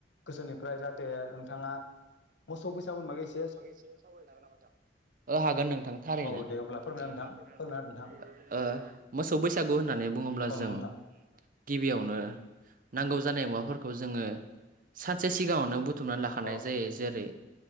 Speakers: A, on the left; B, on the right.
A: गोसोनिफ्राय जाहाथे नोंथाङा मोसौ बैसागुनि बागै एसे
B: बैसागुनि बागै एसे सावरायनो हागोन नामा नोंथां? औ हागोन नोंथां थारैनो।
A: औ दे अब्ला फोरमायना
B: <inaudible>
A: नोंथां फोरमायना
B: ओ मोसौ बैसागु होननानै बुङोब्ला
A: होदो नोंथां
B: जों। गिबियावनो नांगौ जानाय मुवाफोरखौ जोङो सानसे सिगाङावनो बु थुमनानै लाखानाय
A: औ
B: जायो जेरै